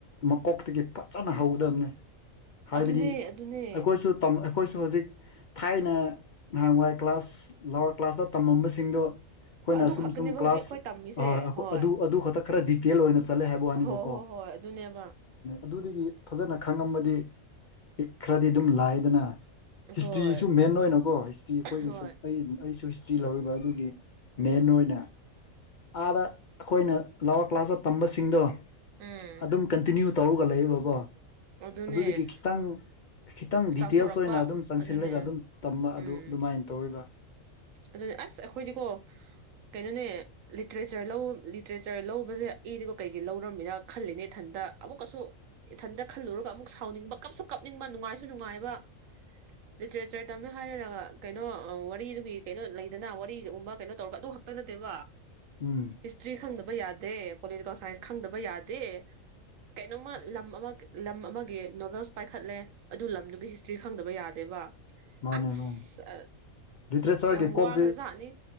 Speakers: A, on the left; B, on the right.
A: ꯃꯀꯣꯛꯇꯒꯤ ꯐꯖꯅ ꯍꯧꯒꯗꯕꯅꯦ ꯍꯥꯏꯕꯗꯤ
B: ꯑꯗꯨꯅꯦ ꯑꯗꯨꯅꯦ
A: ꯑꯩꯈꯣꯏꯁꯨ ꯇꯝ ꯑꯩꯈꯣꯏꯁꯨ ꯍꯧꯖꯤꯛ ꯊꯥꯏꯅ ꯅꯍꯥꯟꯋꯥꯏ ꯀ꯭ꯂꯥꯁ ꯂꯋꯥꯔ ꯀ꯭ꯂꯥꯁꯇ ꯇꯝꯃꯝꯕꯁꯤꯡꯗꯣ ꯑꯩꯈꯣꯏꯅ
B: ꯑꯗꯨ
A: ꯁꯨꯝ
B: ꯈꯛꯇꯅꯦꯕ
A: ꯁꯨꯝ ꯀ꯭ꯂꯥꯁ
B: ꯍꯧꯖꯤꯛ ꯑꯩꯈꯣꯏ ꯇꯝꯃꯤꯁꯦ
A: ꯑꯣꯏ
B: ꯍꯣꯏ
A: ꯑꯗꯨ ꯑꯗꯨ ꯈꯛꯇ ꯈꯔ ꯗꯤꯇꯦꯜ ꯑꯣꯏꯅ ꯆꯠꯂꯦ ꯍꯥꯏꯕ ꯋꯥꯅꯤꯕꯀꯣ
B: ꯍꯣꯏ ꯍꯣꯏ ꯍꯣꯏ ꯑꯗꯨꯅꯦꯕ
A: ꯑꯗꯨ ꯑꯗꯨ ꯐꯖꯅ ꯈꯪꯉꯝꯃꯗꯤ ꯏꯛ ꯈ꯭ꯔꯗꯤ ꯑꯗꯨꯝ ꯂꯥꯏꯗꯅ
B: ꯍꯣꯏ
A: ꯍꯤꯁꯇ꯭ꯔꯤꯁꯨ ꯃꯦꯟ ꯑꯣꯏꯅꯀꯣ ꯍꯤꯁꯇ꯭ꯔꯤ ꯑꯩꯈꯣꯏꯒꯤ
B: ꯍꯣꯏ
A: ꯑꯩ ꯑꯩꯁꯨ ꯐꯇꯤ ꯂꯧꯔꯤꯕ ꯑꯗꯨꯒꯤ
B: ꯎꯝ
A: ꯃꯦꯟ ꯑꯣꯏꯅ ꯑꯥꯗ ꯑꯩꯈꯣꯏꯅ ꯀ꯭ꯂꯥꯎꯋꯥ ꯀ꯭ꯂꯥꯁꯇ ꯇꯝꯕꯁꯤꯡꯗꯣ
B: ꯎꯝ
A: ꯑꯗꯨꯝ ꯀꯟꯇꯤꯟꯅꯨ ꯇꯧꯔꯒ ꯂꯩꯕꯀꯣ
B: ꯑꯗꯨꯅꯦ
A: ꯑꯗꯨꯗꯒꯤ ꯈꯤꯇꯪ ꯈꯤꯇꯪ ꯗꯤꯇꯦꯜꯁ
B: ꯆꯥꯎꯊꯣꯔꯛꯄ
A: ꯑꯣꯏꯅ ꯑꯗꯨꯝ ꯆꯪꯁꯤꯜꯂꯒ
B: ꯑꯗꯨꯅꯦ
A: ꯑꯗꯨꯝ ꯇꯝꯕ
B: ꯎꯝ
A: ꯑꯗꯨ ꯑꯗꯨꯃꯥꯏꯅ ꯇꯧꯔꯤꯕ
B: ꯑꯗꯨꯅꯦ ꯑꯁ ꯑꯩꯈꯣꯏꯗꯤꯀꯣ ꯀꯩꯅꯣꯅꯦ ꯂꯤꯇꯔꯦꯆꯔ ꯂꯤꯇꯔꯦꯆꯔ ꯂꯧꯕꯁꯦ ꯑꯩꯗꯤꯀꯣ ꯀꯩꯒꯤꯩ ꯂꯧꯔꯝꯃꯤꯅ ꯈꯜꯂꯤꯅꯦ ꯏꯊꯟꯇ ꯑꯃꯨꯛꯀꯁꯨ ꯏꯊꯟꯇ ꯈꯜꯂꯨꯔꯒ ꯑꯃꯨꯛ ꯁꯥꯎꯅꯤꯡꯕ ꯀꯞꯁꯨ ꯀꯥꯞꯅꯤꯡꯕ ꯅꯨꯡꯉꯥꯏꯁꯨ ꯅꯨꯡꯉꯥꯏꯕ ꯂꯤꯇꯔꯦꯆꯔ ꯇꯝꯅ ꯍꯥꯏꯔꯒ ꯀꯩꯅꯣ ꯋꯥꯔꯤꯗꯨ ꯀꯩꯅꯣ ꯂꯩꯗꯅ ꯋꯥꯔꯤꯒꯨꯝꯕ ꯀꯩꯅꯣ ꯇꯧꯔꯒ ꯑꯗꯨ ꯈꯛꯇ ꯅꯠꯇꯦꯕ
A: ꯎꯝ
B: ꯍꯤꯁꯇ꯭ꯔꯤ ꯈꯪꯗꯕ ꯌꯥꯗꯦ ꯄꯣꯂꯤꯇꯤꯀꯦꯜ ꯁꯥꯏꯟꯁ ꯈꯪꯗꯕ ꯌꯥꯗꯦ ꯀꯩꯅꯣꯃ
A: ꯑꯁ
B: ꯂꯝ ꯑꯃ ꯂꯝ ꯑꯃꯒꯤ ꯅꯣꯕꯦꯜꯁ ꯄꯥꯏꯈꯠꯂꯦ ꯑꯗꯨ ꯂꯝꯗꯨꯒꯤ ꯍꯤꯁꯇ꯭ꯔꯤ ꯈꯪꯗꯕ ꯌꯥꯗꯦꯕ
A: ꯃꯥꯅꯦ
B: ꯑꯁ
A: ꯃꯥꯅꯦ ꯇ꯭ꯔꯦ ꯂꯤꯇꯦꯆꯔꯒꯤ
B: ꯌꯥꯝ
A: ꯀꯣꯛꯇꯤ
B: ꯋꯥꯈ꯭ꯔꯖꯥꯠꯅꯤ